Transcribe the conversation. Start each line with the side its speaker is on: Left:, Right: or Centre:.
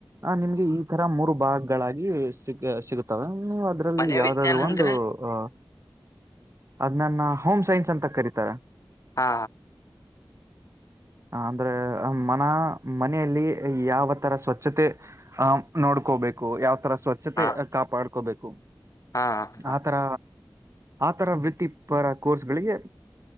Right: ಆ ನಿಮ್ಗೆ ಈ ತರ ಮೂರು ಭಾಗಗಳಾಗಿ ಸಿ ಸಿಗುತ್ತವೆ ನೀ ಅದ್ರಲ್ಲಿ
Left: ಮನೆ
Right: ಯಾವ್ದಾದ್ರು
Left: ವಿಜ್ಞಾನ
Right: ಒಂದು
Left: ಅಂದ್ರೆ
Right: ಅ ಅದ್ ನನ್ನ ಹೋಮ್ ಸೈನ್ಸ್ ಅಂತ ಕರೀತಾರ
Left: ಹಾ
Right: ಹ ಅಂದ್ರೆ ಮನ ಮನೆಯಲ್ಲಿ ಯಾವ ತರ ಸ್ವಚ್ಛತೆ ಅ ನೋಡ್ಕೋಬೇಕು ಯಾವ ತರ ಸ್ವಚ್ಛತೆ
Left: ಹಾ
Right: ಕಾಪಾಡ್ಕೋಬೇಕು
Left: ಹಾ ಹಾ
Right: ಆತರ ಆತರ ವೃತ್ತಿಪರ ಕೋರ್ಸ್ಗಳಿಗೆ